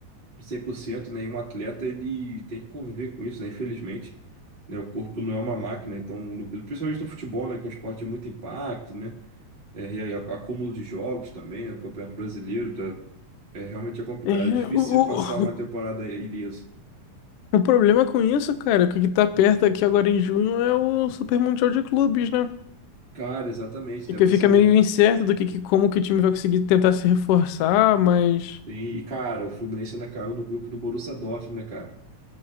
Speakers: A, on the right; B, on the left.
A: 100%, né? E um atleta, ele tem que conviver com isso, né? Infelizmente, né? O corpo não é uma máquina, então, no- principalmente no futebol, né? Que é um esporte de muito impacto, né? É, e aí, ac- acúmulo de jogos também, né? No Campeonato Brasileiro, da- é, realmente é complicado.
B: É,
A: É difícil
B: o,
A: você passar
B: o-
A: uma temporada ileso.
B: O problema com isso, cara, é que o que tá perto aqui agora em junho é o Super Mundial de Clubes, né?
A: Cara, exatamente,
B: E
A: né?
B: que
A: Vai
B: fica
A: ser um...
B: meio incerto do que, que- como que o time vai conseguir tentar se reforçar, mas
A: tem- E, cara, o Fluminense ainda caiu no grupo do Borussia Dortmund, né, cara?